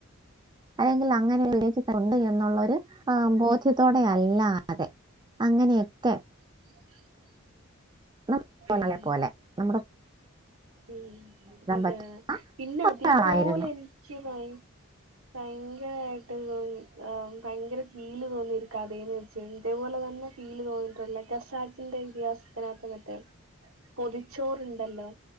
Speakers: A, on the right; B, on the right.
A: അല്ലെങ്കിൽ അങ്ങനെ <unintelligible> ഉണ്ട് എന്നുള്ളൊര് ആ ബോധ്യ ക്ഷ്യത്തോടെ അല്ലാതെ അങ്ങനെയൊക്കെ
B: <inaudible>
A: നമ്മ പോന്നളെ
B: ഉം
A: പോലെ നമ്മടെ
B: ഉം അതേപിന്നെ
A: പറ്റും
B: അതേപോലെ
A: ളായിരുന്നു
B: എനിക്ക് വൈ ഭയങ്കരായിട്ട് തോന്നി ആഹ് ഭയങ്കര ഫീല് തോന്നിയൊര് കതേന്ന് വെച്ച ഇതേപോലെ തന്നെ ഫീല് തോന്നിട്ടുള്ള ഖസാക്കിന്റെ ഇതിഹാസത്തിനാത്ത് മറ്റെ പൊതിച്ചോറ്ണ്ടല്ലോ